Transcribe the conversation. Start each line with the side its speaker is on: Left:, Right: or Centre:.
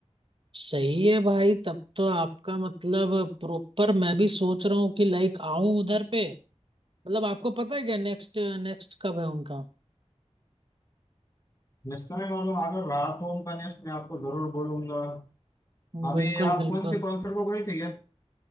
Right: सही है भाई तब तो आपका मतलब प्रॉपर मैं भी सोच रहा हूँ कि लाइक आऊं उधर पे मतलब आपको पता है क्या नेक्स्ट नेक्स्ट कब है उनका
Left: नेक्स्ट टाइम मालूम अगर रहा तो उनका नेक्स्ट मैं आपको जरूर बोलूंगा अभी
Right: बिल्कुल
Left: आप
Right: बिल्कुल
Left: कौन से कॉन्सर्ट को गए थे क्या